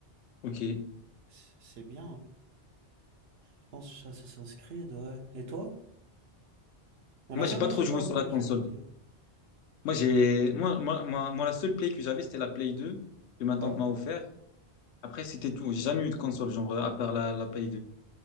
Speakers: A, on the left (about 80°); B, on the right (about 65°).
A: Ok.
B: C'est c'est bien. hein. Je pense Assassin's Creed, ouais. Et toi? On
A: Moi,
B: n'a jamais
A: j'ai pas trop
B: parlé
A: joué sur
B: de
A: la console.
B: jeux vidéo.
A: Moi, j'ai, moi, moi, moi, moi, la seule Play que j'avais, c'était la Play 2 que ma tante
B: Ouais.
A: m'a offert. Après, c'était tout. J'ai jamais eu de console, genre, à part la, la Play deux